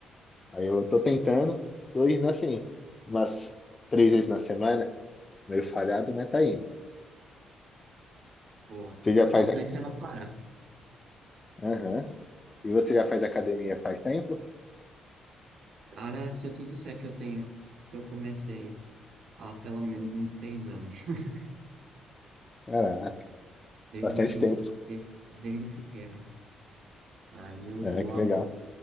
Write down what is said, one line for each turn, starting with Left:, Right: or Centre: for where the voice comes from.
Left: Aí eu tô tentando, tô indo assim, umas três vezes na semana, meio falhado, mas tá indo.
Right: Pô,
Left: Você já
Right: o importante
Left: faz. a-
Right: é não parar.
Left: Aham. E você já faz academia faz tempo?
Right: Cara, se eu te disser que eu tenho, que eu comecei há pelo menos uns seis anos, <laughs>
Left: Caraca,
Right: desde,
Left: bastante tempo.
Right: desde, desde pequeno. Aí eu
Left: É, que
Right: amo,
Left: legal.